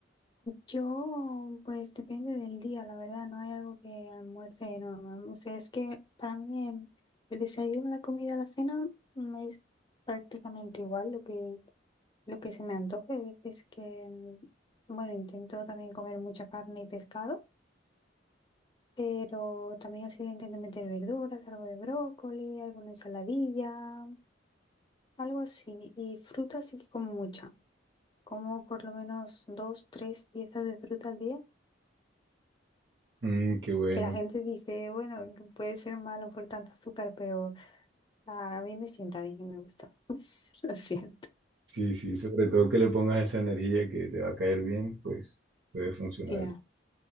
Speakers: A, on the left; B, on the right.
A: Yo, pues depende del día, la verdad, no hay algo que almuerce normal. O sea, es que para mí el, el desayuno, la comida, la cena me es prácticamente igual lo que, lo que se me antoje. Hay veces que, mm, bueno, intento también comer mucha carne y pescado, pero también así le intento meter verduras, algo de brócoli, alguna ensaladilla, algo así. Y fruta sí que como mucha. Como por lo menos dos, tres piezas de fruta al día.
B: Mm, qué bueno.
A: que la gente dice, bueno, que puede ser malo por tanto azúcar, pero a mí me sienta bien y me gusta. <laughs> Lo siento.
B: Sí, sí, sobre todo que le pongas esa energía que te va a caer bien, pues puede funcionar.
A: Claro.